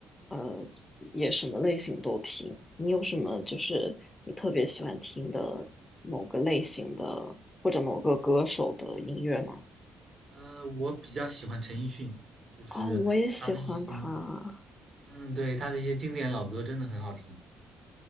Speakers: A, on the left; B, on the right.
A: 呃，也什么类型都听。你有什么就是你特别喜欢听的某个类型的或者某个歌手的音乐吗？
B: 呃，我比较喜欢陈奕迅，就是他的一些，
A: 哦，我也喜欢他。
B: 嗯，对，他的一些经典老歌真的很好听。